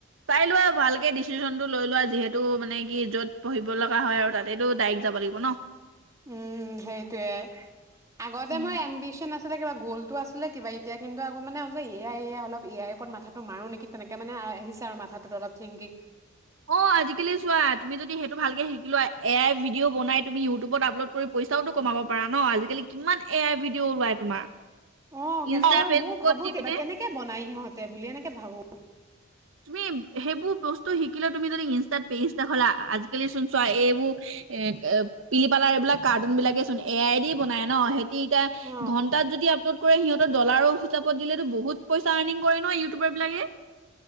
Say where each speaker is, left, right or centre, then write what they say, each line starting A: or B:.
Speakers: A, on the right (about 70°); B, on the right (about 15°).
A: চাই লোৱা আৰু ভালকে দিছ চিচনতটো লৈ লোৱা যিহেতু মানে কি য'ত পঢ়িব লগা হয়, আৰু তাতেটো ডাইৰেক্ট যাব লাগিব ন।
B: উম, সেইতোৱে। আগতে
A: উম।
B: মই এম্বিচন আছি আছিলে কিবা গ'লটো আছিলে কিবা এতিয়া কিন্তু আকৌ মানে এ এ অলপ এয়াই ওপৰত মাথাটো মাৰো নেকি তেনেক মানে আহিছে আৰু মাথাটোত অলপ থিংকিং
A: অ', আজিকালি চোৱা তুমি যদি সেইটো ভালকে শিকিলোৱা এয়াই ভিডিঅ' বনাই তুমি ইউটিবত আপলোড কৰি পইচাটো কমাব পাৰা ন আজিকালি কিমান এ আই ভিডিঅ ওলাই তোমাৰ
B: অ',
A: ইনষ্টা
B: কেনেকে মানে
A: ফেচবুকত
B: মোৰ ভাবো
A: দি পিনে
B: কেনেকে বনাই ইহঁতে বুলি এনেকে ভাবো
A: তুমি সেইবোৰ বচ তো শিকিলে তুমি‌ যদি ইনষ্টাত পেইজ লা আজিকালি চোন চোৱা এইবোৰ এ পিলি পাৰাৰ এইবিলাক কাৰ্টুন বিলাকে চোন এ আই দি বনাই ন সিহঁতি ইতিয়া
B: অ
A: ঘন্টাত যদি আপলোড কৰে সিহঁতৰ ডলাৰো হিচাপ দিলেতো বহুত পইচা আৰ্নিং কৰে ন ইউটিউবাৰ বিলাকে।